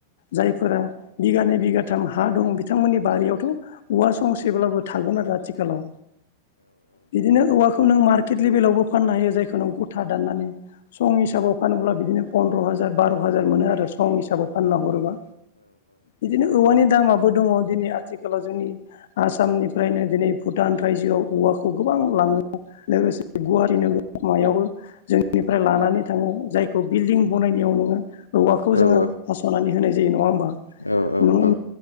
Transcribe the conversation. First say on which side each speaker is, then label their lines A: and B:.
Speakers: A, on the left; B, on the left.
A: जायफोरा बिगानै बिगाथाम हा दं बिथांमोननि बारियावथ' औवा संसेब्लाबो थागोन आरो आथिखालाव बिदिनो औवाखौ बे नों मार्कट लेभेलावबो फाननो हायो जायखौ नों आथा दाननानै सं हिसाबाव फानोब्ला बिदिनो पन्द्र' हाजार बार' हाजार मोनो आरो सं हिसाबाव फानना हरोबा बिदिनो औवानि दामाबो दङ दिनै आथिखालाव जोंनि आसामनिफ्रायनो दिनै भुटान रायजोयाव औवाखौ गोबां लाङो लोगोसे गुवारि नोगोर मायावबो निफ्राय लानानै थाङो जायखौ बिल्डिं बनायनायाव नोङो औवाखौ जोङो
B: औ
A: हास'नानै होनाय जायो रो नङा होनबा
B: औ
A: नों
B: औ औ